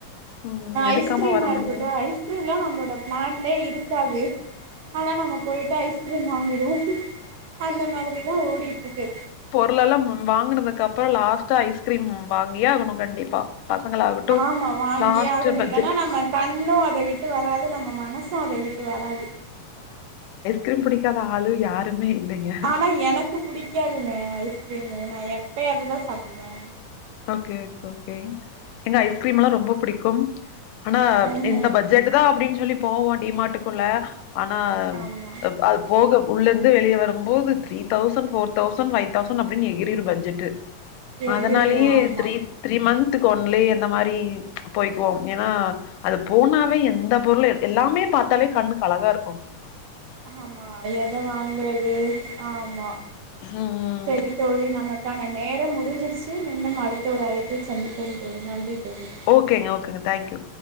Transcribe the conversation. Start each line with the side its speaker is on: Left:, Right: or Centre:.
Left: ம் எடுக்காம
Right: ஐஸ்க்ரீமா
Left: வர முடியாது.
Right: இருக்கட்டு ஐஸ் ஸ்க்ரீம்லா நம்பளோட ப்ளான்லே இருக்காது ஆனா நம்ப போய்ட்டு ஐஸ்க்ரீம் வாங்கிடுவோ அந்த மாதிரிதா ஓடிட்ருக்கு
Left: பொருளெலாம் வாங்கினதுக்கு அப்புற லாஸ்ட்டா ஐஸ்கிரீம் வாங்கியே ஆகணு கண்டிப்பா பசங்களாகட்டும்
Right: ஆமா வாங்கியே
Left: லாஸ்ட்
Right: ஆகணு
Left: பட்ஜெட்
Right: இல்லனா நம்ம கண்ணும் அத விட்டு வராது நம்ம மனசு அத விட்டு வராது
Left: கீரீம் புடிக்காத ஆளு யாருமே இல்லைங்க.
Right: ஆனா எனக்கு புடிக்காதுங்க ஐஸ்கிரீமு நா எப்யாதுதா சாப்புடுவ
Left: ஓக்கே ஓக்கே எங்க ஐஸ்கிரீம்ல்லா
Right: நா
Left: ரொம்ப புடிக்கும் ஆனா
Right: ஆஹ
Left: இந்த பட்ஜெட் தா அப்புடின் ஞ்சொல்லி போவோ டிமாட்டுக்குள்ள அனா
Right: ஆமா
Left: ப் அது போக உள்ளேருந்து வெளிய வரும்போது த்ரீதௌசண்ட் ஃபோர்தௌசண் ஃபைதௌசண் அப்டினு எகிரும் பட்ஜெட்டு
Right: எகிறிடு
Left: அதனாலயே
Right: ஆமா
Left: த்ரீ த்ரீ மந்த்க்கு ஒன்லே அந்த மாரி போய்குவோ ஏனா அது போனாவே எந்த பொருள் எல் எல்லாமே பாத்தாலே கண்ணுக் அழகா இருக்கு
Right: ஆமா அத அத வாங்கறது ஆமா
Left: ம்ம்
Right: சரி தோழி நம்ம நம்ம நேரம் முடிஞ்சிருச்சு மீண்டும் அடுத்த ஒரு அழைப்பில் சந்திப்போம் தோழி நன்றி தோழி
Left: ஓக்கேங்க ஓக்கேங்க தேங்க் யூ